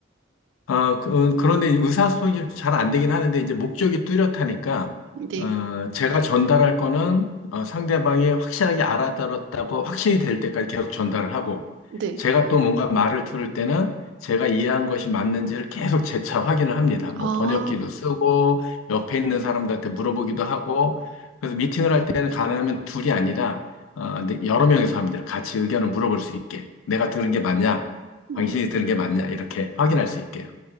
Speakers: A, on the left; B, on the right.
A: 어, 그- 어, 그런데 의사소통이 잘 안 되긴 하는데, 이제 목적이 뚜렷하니까,
B: 네,
A: 어, 제가 전달할 거는 어, 상대방이 확실하게 알아들었다고 확신이 될 때까지 계속 전달을 하고,
B: 네.
A: 제가 또 뭔가 말을 들을 때는 제가 이해한 것이 맞는지를 계속 재차 확인을 합니다. 뭐
B: 아,
A: 번역기도 쓰고, 옆에 있는 사람들한테 물어보기도 하고, 그래서 미팅을 할 때는 가능하면 둘이 아니라, 어, 네, 여러 명이서 합니다. 같이 의견을 물어볼 수 있게. 내가 들은 게 맞냐?
B: 음.
A: 당신이 들은 게 맞냐? 이렇게 확인할 수 있게요.